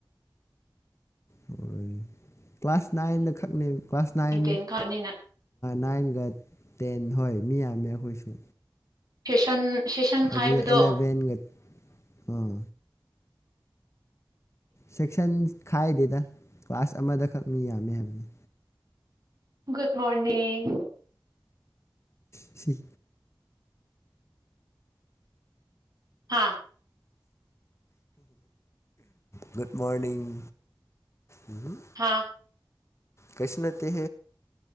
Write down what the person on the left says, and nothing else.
ꯍꯣꯏ ꯀ꯭ꯂꯥꯁ ꯅꯥꯏꯟꯗ ꯈꯛꯅꯦ ꯀ꯭ꯂꯥꯁ ꯅꯥꯏꯟ
ꯅꯥꯏꯟꯒ ꯇꯦꯟ ꯍꯣꯏ ꯃꯤ ꯌꯥꯝꯃꯦ ꯑꯩꯈꯣꯏꯁꯨ
ꯑꯗꯨꯗ ꯑꯦꯂꯚꯦꯟꯒ ꯑꯥ ꯁꯦꯛꯁꯟ ꯈꯥꯏꯗꯦꯗ ꯀ꯭ꯂꯥꯁ ꯑꯃꯗꯈꯛ ꯃꯤ ꯌꯥꯝꯃꯦ ꯍꯥꯏꯕꯅꯤ
ꯁꯤ
ꯨꯗ ꯃꯣꯔꯅꯤꯡꯡ ꯎꯝ
ꯀꯁꯅ ꯇ